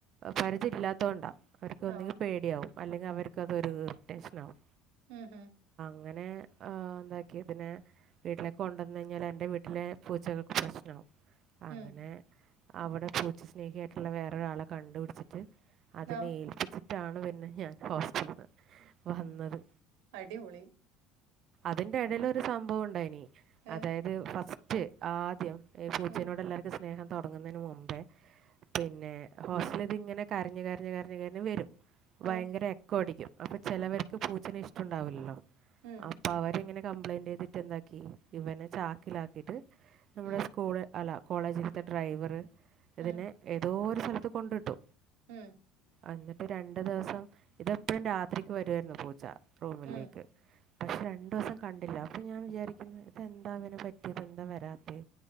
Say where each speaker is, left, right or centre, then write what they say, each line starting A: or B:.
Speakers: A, on the right (about 45°); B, on the right (about 80°).
A: പരിചയം ഇല്ലാത്ത കൊണ്ടാ അവര്ക്ക് ഒന്നുകിൽ
B: ആഹാ
A: പേടിയാവും അല്ലെങ്കി അവർക്കതൊരു ഇറിട്ടേഷനാകും
B: ഉം ഉം
A: അങ്ങനെ ആഹ് എന്താക്കി ഇതിനെ വീട്ടിലേക്ക് കൊണ്ടന്ന് കഴിഞ്ഞാ എ എന്റെ വീട്ടിലെ പൂച്ചകൾക്ക് പ്രശ്നാവും അങ്ങനെ
B: ഉം
A: അവിടെ പൂച്ച സ്നേഹിയായിട്ടുള്ള വേറൊരാളെ കണ്ടുപിടിച്ചിട്ട് അതിനെ
B: ആ
A: ഏൽപ്പിച്ചി ട്ടാണ് പിന്നെ ഞാൻ ഹോസ്റ്റലിന്ന് വന്നത്
B: അടിപൊളി
A: അതിന്റെ ഇടയിൽ ഒരു സംഭവം ഉണ്ടായിനി
B: ഏ
A: അതായത് ഫസ്റ്റ് ആദ്യം ഈ പൂച്ചനോട്
B: ഉം
A: എല്ലാർക്കും സ്നേഹം തുടങ്ങുന്നതിന് മുമ്പേ പിന്നെ ഹോസ്റ്റല ഇത് ഇങ്ങനെ കരഞ്ഞ് കരഞ്ഞ് കരഞ്ഞഞ് കരഞ്ഞ് വരും
B: ഉം
A: ഭയങ്കര എക്കോടിക്കും അപ്പൊ ചെിലവർക്ക് പൂച്ചന് ഇഷ്ടംണ്ടാവില്ലല്ലോ
B: ഉം
A: അപ്പൊ അവരെങ്ങനെ കംപ്ലൈന്റ് ചെയ്തിട്ട് എന്താക്കി ഇവനെ ചാക്കിലാക്കിട്ട് നമ്മുടെ
B: ഉം
A: സ്കൂള് അല്ല കോളേജിലത്തെ ഡ്രൈവർ
B: ഉം
A: ഇതിനെ ഏതോ സ്ഥലത്ത് കൊണ്ടിട്ടു
B: ഉം
A: എന്നിട്ട് രണ്ടു ദിവസം ഇതെപ്പോഴും രാത്രിക്ക് വരുവാരുന്നു പൂച്ച റൂമിലേക്ക്
B: ഉം
A: പക്ഷെ രണ്ടു ദിവസം കണ്ടില്ല അപ്പൊ ഞാൻ വിചാരിക്കുന്ന ഇത് എന്താ ഇവന് പറ്റി ഇപ്പം എന്താ വരാത്തേ